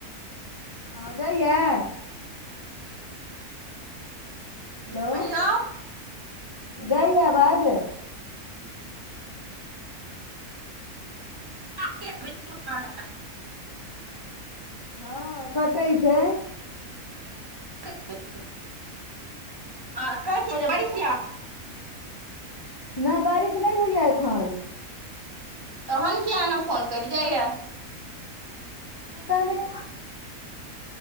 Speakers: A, on the left; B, on the right.
A: हँ, जाइयैऽ? हेलो,
B: कहियौ
A: जाइयाऽ आबाज?
B: <unintelligible>
A: हँ, कटै छै।
B: <unintelligible> <unintelligible> बारिश यैऽ
A: नै, बारिश नै होइयाऽ एखन।
B: तहन कियाऽ एना फोन कइट जाइयाऽ?
A: पता नै।